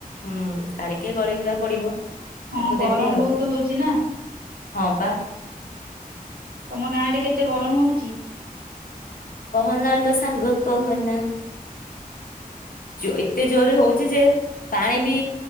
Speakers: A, on the left; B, on the right.
A: ହୁଁ। କାଳେ କିଆ ଗଳିଗୁଳା ପଡିବ।
B: ହଁ
A: ତାକୁ
B: ଗରମ
A: ଦେବି ଆଉ
B: ବହୁତ ହଉଛି ନା।
A: ହଁ ପା।
B: ତମ ଗାଁ ଆଡେ କେତେ ଗରମ ହଉଛି?
A: କହନାଲୋ ସାଙ୍ଗ କହନା। ଯୋ ଏତେ ଜୋରରେ ହଉଛି ଯେ ପାଣି ବି